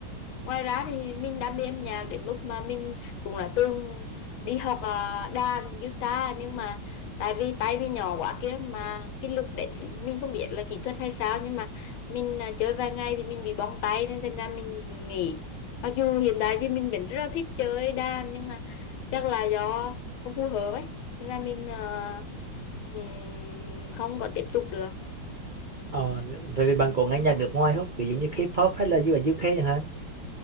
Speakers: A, on the left; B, on the right.
A: ngoài ra thì mình đam mê âm nhạc đến mức mà mình cũng đã từng đi học à, đàn guitar nhưng mà tại vì tay mình nhỏ quá kia mà cái lực đánh mình không biết là kỹ thuật hay sao nhưng mà mình à, chơi vài ngày thì mình bị bong tay nên thành ra mình nghỉ mặc dù hiện tại thì mình vẫn rất là thích chơi đàn nhưng mà chắc là do không phù hợp ấy nên là mình à, ừm, không có tiếp tục được
B: ờ, về bạn có nghe nhạc nước ngoài không ví dụ như K-pop hay là US UK chẳng hạn